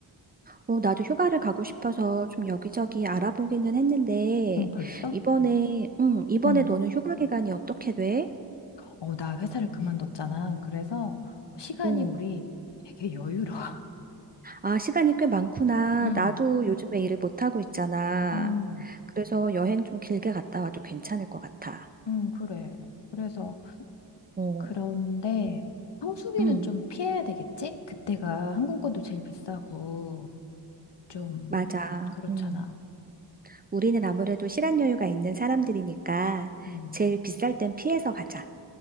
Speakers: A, on the right (about 25°); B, on the left (about 70°).
A: 어, 나도 휴가를 가고 싶어서 좀 여기저기 알아보기는 했는데,
B: 응, 벌써?
A: 이번에, 응, 이번에
B: 응.
A: 너는 휴가 기간이 어떻게 돼?
B: 어, 나 회사를 그만뒀잖아. 그래서 시간이
A: 오,
B: 우리 되게 여유로워. <laughs>
A: 아, 시간이 꽤 많구나.
B: 응,
A: 나도 요즘에 일을 못하고 있잖아.
B: 응,
A: 그래서 여행 좀 길게 갔다 와도 괜찮을 것 같아.
B: 응, 그래. 그래서
A: 어,
B: 그런데 성수기는
A: 응,
B: 좀 피해야 되겠지? 그때가 항공권도 제일 비싸고. 좀
A: 맞아.
B: 그렇잖아.
A: 응. 우리는 아무래도 시간 여유가 있는 사람들이니까
B: 음,
A: 제일 비쌀 땐 피해서 가자.